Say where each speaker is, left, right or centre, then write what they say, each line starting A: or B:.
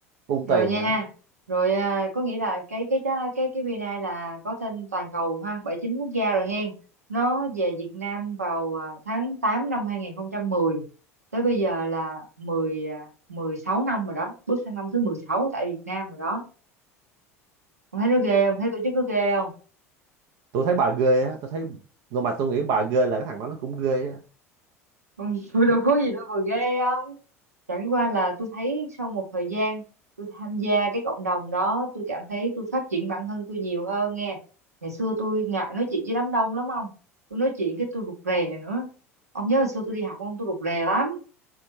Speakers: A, on the right (about 55°); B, on the right (about 85°).
A: bung
B: rồi
A: tiền
B: nha
A: hả
B: rồi à, có nghĩa là cái cái cái cái cái BNI là có tên toàn cầu ha 79 quốc gia rồi hen nó về Việt Nam vào à, tháng 8 năm 2010 tới bây giờ là 10 à, 16 năm rồi đó bước sang năm thứ 16 tại Việt Nam rồi đó ông thấy nó ghê không thấy tổ chức nó ghê không
A: tôi thấy bà ghê á tôi thấy nhưng mà tôi nghĩ bà ghê là cái thằng đó nó cũng ghê á
B: Ông- <laughs> tôi đâu
A: cái
B: có gì đâu mà ghê không chẳng qua là tôi thấy sau một thời gian tôi tham gia cái cộng đồng đó tôi cảm thấy tôi phát triển bản thân tôi nhiều hơn nghe ngày xưa tôi ngại nói chuyện với đám đông lắm ông tôi nói chuyện cái tôi rụt rè nữa ông nhớ hồi xưa tôi đi học ông tôi rụt rè lắm